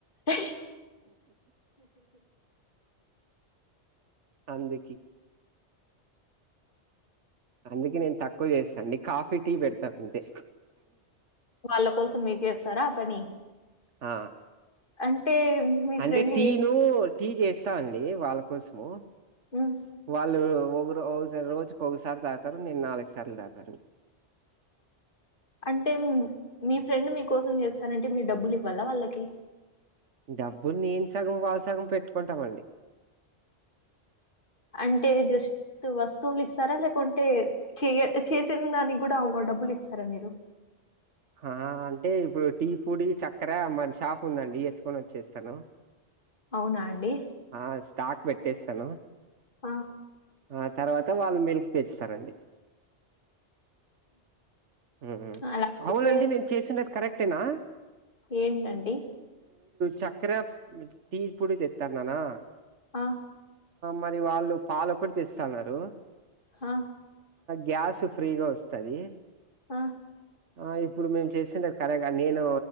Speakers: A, on the left; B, on the right.
A: ఒ
B: అందుకి అందుకే నేను తక్కువ చేస్తాను అండి కాఫీ టీ పెడతాను అంతే
A: వాళ్ళ కోసం మీరు చేస్తారా ఆ పని
B: ఆ
A: అంటే మీ
B: అంటే
A: ఫ్రెండ్
B: టీను
A: ఏ
B: టీ చేస్తా అండి వాళ్ళ కోసము
A: హ్మ్
B: వాళ్ళు ఒక్కోగురు ఒకసారి రోజుకి ఒకసారి తాగుతారు నేను నాలుగు సార్లు తాగుతాను
A: అంటే మీ ఫ్రెండ్ మీకోసం చేస్తానంటే మీరు డబ్బులు ఇవ్వాలా వాళ్ళకి
B: డబ్బులు నేను సగం వాళ్ళ సగం పెట్టుకుంటామండి
A: అంటే జస్ట్ వస్తువులు ఇస్తారా లేకుంటే చెయ చేసిన దానికి కూడా అమడు డబ్బులు ఇస్తారా మీరు
B: ఆ అంటే ఇప్పుడు టీ పోడి చక్కెర మాది షాప్ ఉందండి ఎత్తుకొని వచ్చేస్తాను
A: అవునా అండి
B: ఆ స్టాక్ పెట్టేస్తాను
A: ఆ
B: ఆ తర్వాత వాళ్ళు మిల్క్ తెస్తారండి ఉమ్
A: అలా అయితే
B: అవునండి నేను చేసిన్నది కరెక్టేనా
A: ఏంటండి
B: చెక్కర టీ పోడి తెస్తా అన్నానా
A: ఆ
B: మరి వాళ్ళు పాలు ఒకటే తెస్తనన్నారు
A: హా
B: గ్యాస్ ఫ్రీగా వస్తది
A: ఆ
B: ఆ ఇప్పుడు మేము చేసింది కరెక్గా నేను